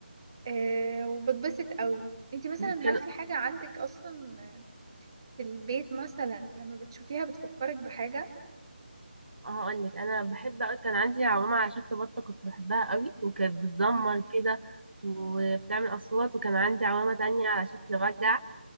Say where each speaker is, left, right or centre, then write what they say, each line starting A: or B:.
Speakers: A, on the right (about 25°); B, on the right (about 85°).
A: أه وبتبسط قوي انتي مثلا
B: بي- كان
A: هل في حاجة عندك اصلا في البيت مثلا لما بتشوفيها بتفكرك بحاجة
B: هقول لك انا بحب أوي- كان عندي عمامة على شكل بطه كنت بحبها قوي وكانت بتزمر
A: مم.
B: كده وبتعمل اصوات وكان عندي عمامة تانية على شكل وجع